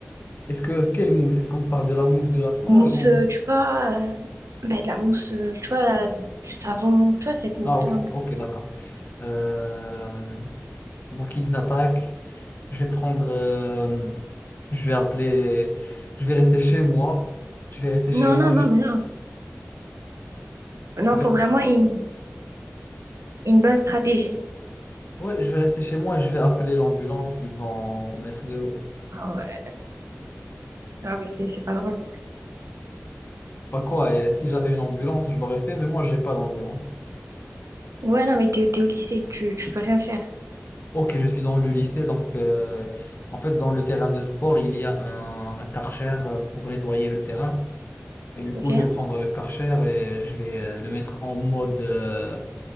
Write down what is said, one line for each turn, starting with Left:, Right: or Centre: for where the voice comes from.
Left: Est-ce que quelle mousse? Est-ce qu'on parle de la mousse de la plage
Right: Mousse
Left: ou-
Right: euh, tu vois euh, ben, de la mousse euh, tu vois la- du savon tu vois cette mousse
Left: Ah ok,
Right: là un peu.
Left: ok, d'accord. Euh, donc ils attaquent. Je vais prendre. euh, je vais appeler. Je vais rester chez moi. Je vais rester chez
Right: Non
Left: moi.
Right: non
Left: Je,
Right: non mais non non
Left: je vais,
Right: faut vraiment une, une bonne stratégie.
Left: ouais, je vais rester chez moi. et Je vais appeler l'ambulance. Ils vont mettre de l'eau.
Right: Ah ouais ah ben c'est c'est pas drôle.
Left: Pas quoi. et si j'avais une ambulance, je l'aurais fait. Mais moi, j'ai pas d'ambulance.
Right: Ouais non mais t'es t'es au lycée tu tu peux rien faire.
Left: Ok, je suis dans le lycée, donc euh, en fait dans le terrain de sport, il y a un Karcher euh, pour nettoyer le terrain. Et du
Right: Ok?
Left: coup, je vais prendre le Karcher et je vais euh, le mettre en mode, euh,